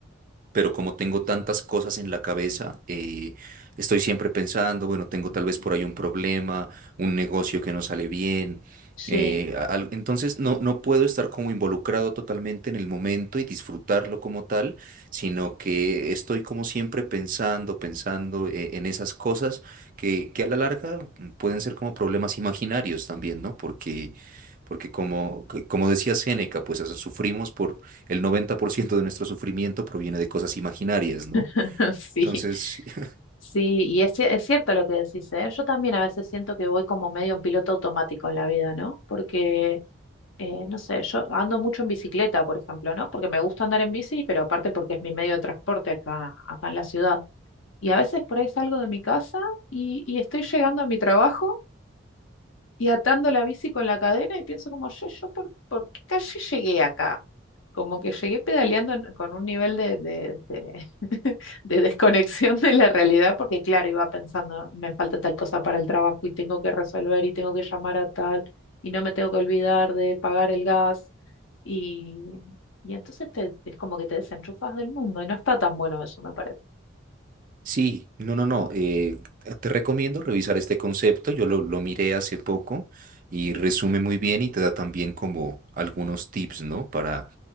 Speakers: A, on the right (about 40°); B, on the left (about 75°).
A: pero como tengo tantas cosas en la cabeza, eh, estoy siempre pensando, bueno, tengo tal vez por ahí un problema, un negocio que no sale bien.
B: Sí,
A: eh, a- al- entonces no, no puedo estar como involucrado totalmente en el momento y disfrutarlo como tal, sino que estoy como siempre pensando, pensando eh, en esas cosas que, que a la larga mm, pueden ser como problemas imaginarios también, ¿no? Porque, porque como, como decía Séneca, pues o sea, sufrimos por el 90% de nuestro sufrimiento proviene de cosas imaginarias, ¿no?
B: <laughs> sí,
A: Entonces, <laughs>
B: sí, y es, ci- es cierto lo que decís, ¿eh? Yo también a veces siento que voy como medio en piloto automático en la vida, ¿no? Porque, eh, no sé, yo ando mucho en bicicleta, por ejemplo, ¿no? Porque me gusta andar en bici, pero aparte porque es mi medio de transporte acá, acá en la ciudad. Y a veces por ahí salgo de mi casa y, y estoy llegando a mi trabajo y atando la bici con la cadena y pienso como, yo, yo por, ¿por qué calle llegué acá? Como que llegué pedaleando en- con un nivel de, de, de, <laughs> de desconexión de la realidad, porque claro, iba pensando, me falta tal cosa para el trabajo y tengo que resolver y tengo que llamar a tal y no me tengo que olvidar de pagar el gas. Y, y entonces te, es como que te desenchufas del mundo y no está tan bueno eso, me parece.
A: sí, no, no, no, eh, te recomiendo revisar este concepto, yo lo, lo miré hace poco y resume muy bien y te da también como algunos tips, ¿no? Para,